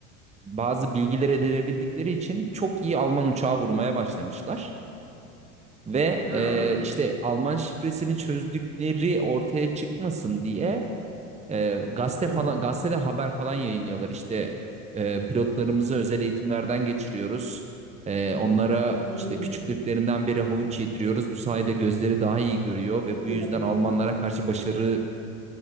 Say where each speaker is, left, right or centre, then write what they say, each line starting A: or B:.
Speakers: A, on the right; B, on the right.
A: bazı bilgiler edinebildikleri için çok iyi Alman uçağı vurmaya başlamışlar. Ve
B: Ha.
A: e, işte Alman şifresini çözdükleri ortaya çıkmasın diye e, gazete
B: Hı
A: falan
B: hı.
A: gazetede haber falan yayınlıyorlar. İşte e, pilotlarımızı özel eğitimlerden geçiriyoruz. E, onlara
B: Hı.
A: işte küçüklüklerinden beri havuç yediriyoruz. Bu sayede gözleri daha iyi görüyor ve
B: Hadi
A: bu yüzden
B: ya.
A: Almanlara karşı başarılı